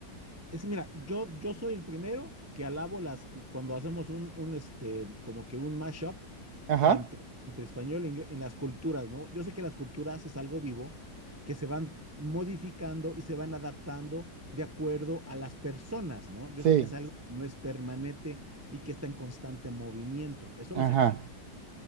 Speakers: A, on the right; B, on the right.
A: es, mira, yo, yo soy el primero que alabo las, cuando hacemos un, un este, como que un mashup
B: Ajá.
A: entre, entre español e inglés, en las culturas, ¿no? Yo sé que las culturas es algo vivo, que se van modificando y se van adaptando de acuerdo a las personas, ¿no? Yo
B: Sí.
A: sé que es algo que no es permanente y que está en constante movimiento, eso
B: Ajá.
A: lo sé.